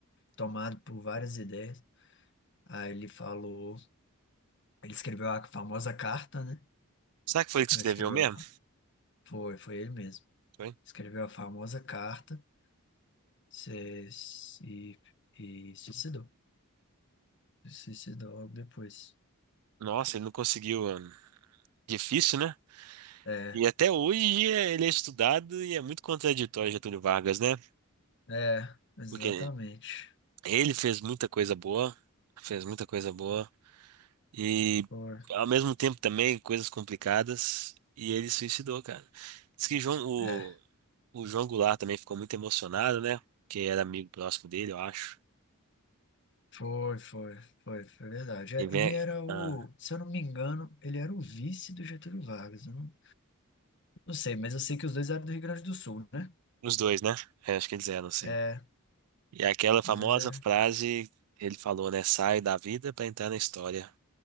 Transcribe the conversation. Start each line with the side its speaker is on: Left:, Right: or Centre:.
Left: tomado por várias ideias. Aí ele falou, ele escreveu a famosa carta, né?
Right: Será que foi ele que
Left: Ele
Right: escreveu
Left: Escreveu
Right: mesmo?
Left: a, fa- foi, foi ele mesmo.
Right: Foi?
Left: Escreveu a famosa carta se- e, e suicidou. Se Suicidou logo depois.
Right: Nossa, ele não conseguiu. ah, Difícil, né?
Left: É,
Right: E até hoje é- ele é estudado e é muito contraditório Getúlio Vargas, né?
Left: é, exatamente.
Right: Porque ele fez muita coisa boa, fez muita coisa boa e
Left: Foi.
Right: ao mesmo tempo também coisas complicadas e ele suicidou, cara. Diz que João- o,
Left: É,
Right: o João Goulart também ficou muito emocionado, né? Que era amigo próximo dele, eu acho.
Left: foi, foi, foi, foi verdade.
Right: E
Left: É,
Right: vem
Left: ele era o,
Right: ah,
Left: se eu não me engano, ele era o vice do Getúlio Vargas. Eu não, não sei, mas eu sei que os dois eram do Rio Grande do Sul, né?
Right: os dois, né? É, acho que eles eram assim.
Left: É,
Right: E aquela
Left: os
Right: famosa
Left: dois eram.
Right: frase que ele falou, né? Sai da vida pra entrar na história.